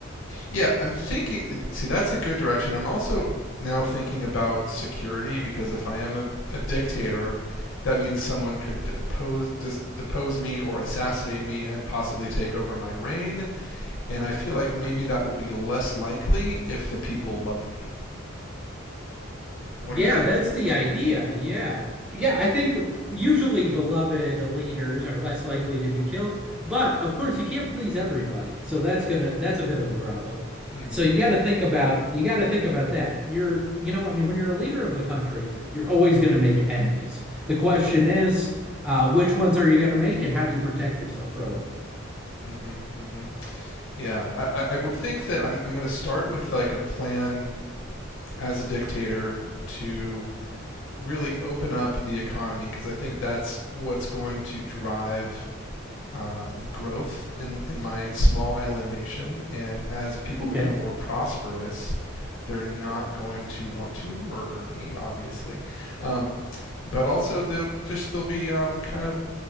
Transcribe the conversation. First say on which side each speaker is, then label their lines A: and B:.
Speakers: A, on the left (about 65°); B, in the centre.
A: Yeah, I'm thinking. See, that's a good direction. I'm also now thinking about security because if I am a, a dictator, that means someone could depose dis, depose me or assassinate me and possibly take over my reign. And I feel like maybe that will be less likely if the people love me. What
B: Yeah,
A: do you think?
B: that's the idea. Yeah. Yeah, I think usually beloved leaders are less likely to be killed, but of course you can't please everybody. So that's gonna that's a bit of a problem.
A: Mm-hmm.
B: So you got to think about you got to think about that. You're you know when you when you're a leader of the country, you're always going to make enemies. The question is, uh, which ones are you going to make, and how do you protect yourself from them?
A: Mm-hmm. Mm-hmm. Yeah, I, I- I would think that I'm I'm going to start with like a plan as a dictator to really open up the economy because I think that's what's going to drive uh, growth in, in my small island nation. And as people
B: Okay.
A: become more prosperous, they're not going to want to murder me, obviously. Um, but also, they'll just they'll be um, kind of